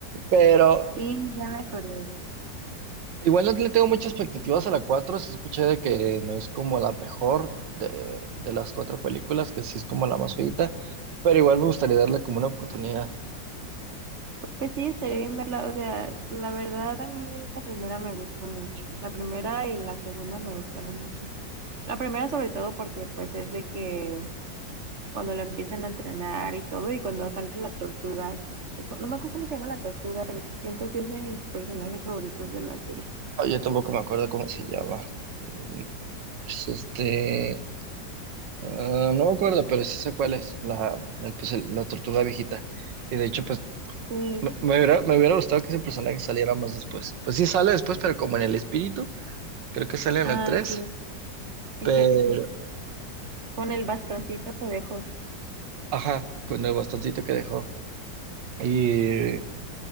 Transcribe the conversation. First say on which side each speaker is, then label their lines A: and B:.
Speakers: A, on the right; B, on the right.
A: Pero
B: Sí, ya me acordé.
A: igual no le tengo muchas expectativas a la cuatro sí escuché de que no es como la mejor de, de las cuatro películas, que sí es como la más feita, pero igual me gustaría darle como una oportunidad.
B: Pues sí, estaría bien verla. O sea, la verdad a mí la primera me gustó mucho. La primera y la segunda me gustaron mucho. La primera sobre todo porque pues es de que cuando lo empiezan a entrenar y todo y cuando sale la tortuga, eh, co- no me acuerdo cómo se llama la tortuga, pero siento que es de mis personajes favoritos de la serie.
A: Ah, Yo tampoco me acuerdo cómo se llama. Mm, Es este, ah, no me acuerdo, pero sí sé cuál es, la, el, pues, el- la tortuga viejita. Y de hecho, pues
B: Sí.
A: me, me hubiera, me hubiera gustado que ese personaje saliera más después. Pues sí sale después, pero como en el espíritu, creo que sale en
B: Ah,
A: el tres
B: sí, sí,
A: pero...
B: creo que sí. Con el bastoncito que dejó.
A: Ajá, con el bastoncito que dejó. Y